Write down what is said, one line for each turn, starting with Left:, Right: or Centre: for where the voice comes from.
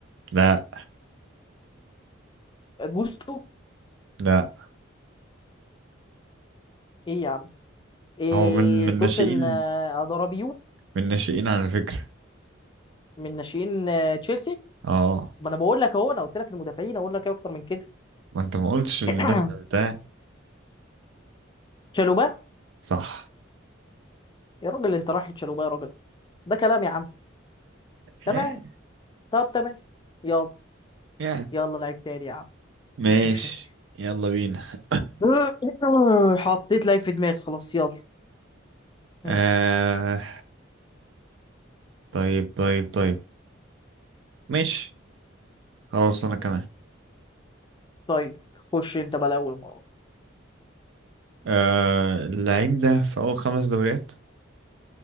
Right: لا
Left: جوستو
Right: لا
Left: ايه يا عم إيه
Right: هو من من
Left: توسن
Right: ناشئين
Left: آه، ادرابيو
Right: من ناشئين على فكرة
Left: من ناشئين آه، تشيلسي
Right: اه
Left: ما انا بقول لك اهو انا قلت لك المدافعين اقول لك ايه اكتر من كده
Right: ما انت ما قلتش المدافع
Left: <clears throat>
Right: بتاعي
Left: تشالوبا
Right: صح
Left: يا راجل انت رايح لتشالوبا يا راجل ده كلام يا عم تمام
Right: يعني
Left: طب تمام يلا
Right: يعني
Left: يلا لعيب تاني يا عم
Right: ماشي
Left: مفيش مشاكل
Right: يلا بينا
Left: <clears throat> حطيت لعيب في دماغي خلاص يلا
Right: <coughs>
Left: مم.
Right: آه طيب طيب طيب ماشي خلاص انا كمان
Left: طيب خش انت بقى الاول مره
Right: آه اللعيب ده في اول خمس دوريات